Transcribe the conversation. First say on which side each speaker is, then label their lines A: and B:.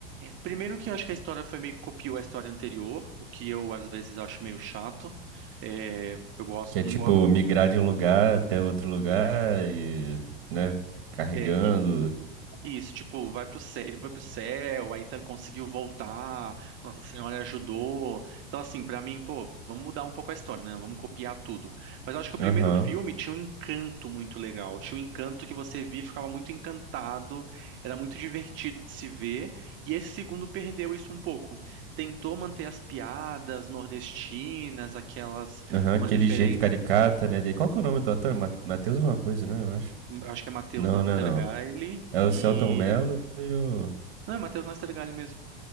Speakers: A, on the right; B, on the right.
A: Primeiro que eu acho que a história foi meio que copiou a história anterior, o que eu às vezes acho meio chato. É, eu gosto,
B: Que é
A: não
B: tipo
A: gosto.
B: migrar de um lugar até outro lugar e, né, carregando.
A: É, Isso, tipo, vai pro céu, ele foi pro céu, aí tá- conseguiu voltar, Nossa Senhora ajudou. Então, assim, pra mim, pô, vamos mudar um pouco a história, né? Vamos copiar tudo. Mas eu acho que o primeiro
B: Aham,
A: filme tinha um encanto muito legal, tinha um encanto que você via, e ficava muito encantado, era muito divertido de se ver, e esse segundo perdeu isso um pouco. Tentou manter as piadas nordestinas, aquelas,
B: aham,
A: umas
B: aquele
A: referências,
B: jeito caricata, né? dele. Qual que é o nome do ator? Ma- Matheus alguma coisa, né? Eu acho.
A: acho que é Matheus
B: Não,
A: Nastergaile
B: não é não. É o
A: e...
B: Celton Mello e o.
A: Não, é Matheus Nastergaile mesmo.